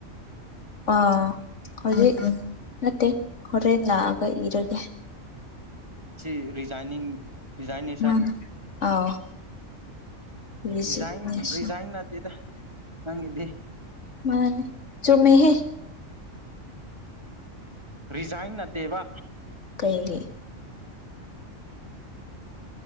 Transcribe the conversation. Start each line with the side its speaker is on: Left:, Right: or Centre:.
Left: ꯑꯥ ꯍꯧꯖꯤꯛ ꯅꯠꯇꯦ ꯍꯣꯔꯦꯟ ꯂꯥꯛꯑꯒ ꯏꯔꯒꯦ
Right: ꯁꯤ ꯔꯤꯖꯥꯏꯅꯤꯡ ꯔꯤꯖꯥꯏꯅꯦꯁꯟ
Left: ꯃꯥꯅ ꯑꯥꯎ ꯔꯤꯖꯤꯛꯅꯦꯁꯟ
Right: ꯔꯤꯖꯥꯏꯟ ꯔꯤꯖꯥꯏꯟ ꯅꯠꯇꯦꯗ ꯅꯪꯒꯤꯗꯤ
Left: ꯃꯥꯅꯦ ꯆꯨꯝꯃꯦꯍꯦ
Right: ꯔꯤꯖꯥꯏꯟ ꯅꯠꯇꯦꯕ
Left: ꯀꯩꯒꯤ